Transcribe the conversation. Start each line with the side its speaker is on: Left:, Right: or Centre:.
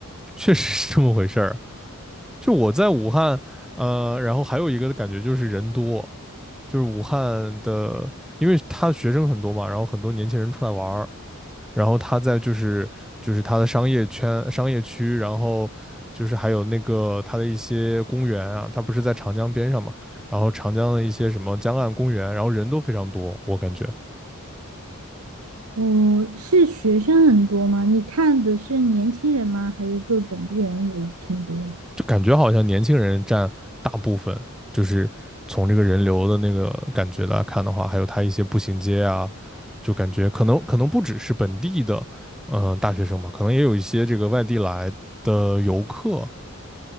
Centre: 确实是这么回事儿。就我在武汉，呃，然后还有一个的感觉就是人多，就是武汉的，因为他学生很多嘛，然后很多年轻人出来玩儿，然后他在就是就是他的商业圈、商业区，然后就是还有那个他的一些公园啊，他不是在长江边上嘛，然后长江的一些什么江岸公园，然后人都非常多，我感觉
Right: 哦，是学生很多吗？你看的是年轻人吗？还是就是本地人也挺多的？
Centre: 就感觉好像年轻人占大部分，就是从这个人流的那个感觉来看的话，还有他一些步行街啊，就感觉可能可能不只是本地的嗯、呃大学生嘛，可能也有一些这个外地来的游客，